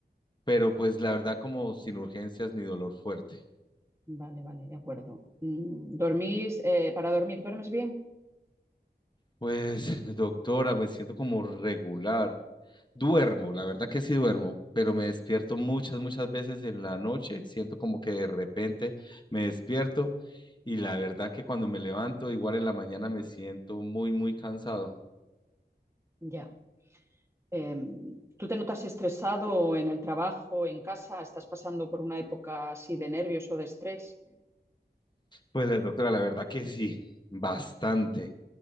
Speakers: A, on the left; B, on the right.
A: pero pues la verdad como sin urgencias ni dolor fuerte.
B: Vale, vale, de acuerdo. Mm, ¿Dormís, eh, para dormir, duermes bien?
A: Pues <laughs> doctora, me siento como regular. Duermo, la verdad que sí duermo, pero me despierto muchas, muchas veces en la noche. Siento como que de repente me despierto y la verdad que cuando me levanto, igual en la mañana me siento muy, muy cansado.
B: Ya. Em, ¿tú te notas estresado en el trabajo, en casa? ¿Estás pasando por una época así de nervios o de estrés?
A: Pues la doctora, la verdad que sí, bastante.